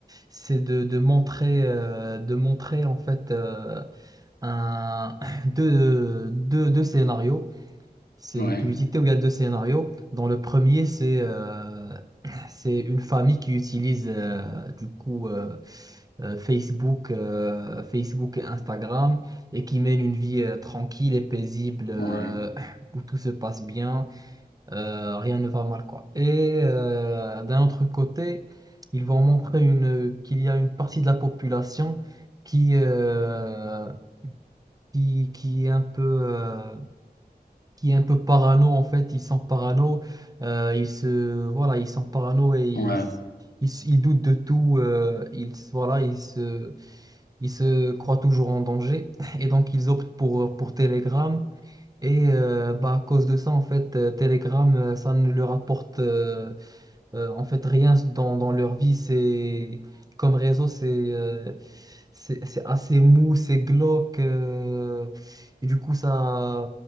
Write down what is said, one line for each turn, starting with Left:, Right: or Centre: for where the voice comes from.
Right: c'est de, de montrer euh, de montrer en fait euh, un <clears throat> deux, deux, deux scénarios. C'est
Left: ouais,
Right: une publicité où il y a deux scénarios. Dans le premier, c'est euh, <clears throat> c'est une famille qui utilise euh, du coup euh, euh, Facebook euh, Facebook et Instagram et qui mène une vie euh, tranquille et paisible euh,
Left: ouais,
Right: <clears throat> où tout se passe bien euh, rien ne va mal, quoi. Et euh, d'un autre côté, ils vont montrer une, qu'il y a une partie de la population qui, euh, qui, qui est un peu, euh, qui est un peu parano, en fait. Ils sont parano, euh, ils se, voilà, ils sont parano et ils,
Left: ouais,
Right: s- ils, s- ils doutent de tout. euh, ils, s- voilà, ils se, ils se croient toujours en danger. <laughs> Et donc, ils optent pour, pour Telegram. Et euh, bah, à cause de ça, en fait, euh, Telegram, euh, ça ne leur apporte... euh, euh, en fait, rien dans, dans leur vie, c'est comme réseau, c'est euh, c'est c'est assez mou, c'est glauque. euh, et du coup, ça,